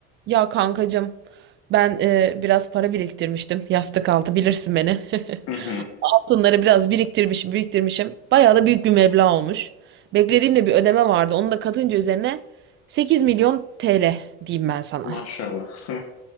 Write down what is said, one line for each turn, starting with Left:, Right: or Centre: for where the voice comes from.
Right: Ya kankacığım ben e, biraz para biriktirmiştim yastık altı bilirsin beni.
Left: Hı
Right: <laughs>
Left: hı.
Right: Altınları biraz biriktirmişim biriktirmişim. Bayağı da büyük bir meblağ olmuş. Beklediğimde bir ödeme vardı. Onu da katınca üzerine 8 milyon TL diyeyim ben sana.
Left: Maşallah.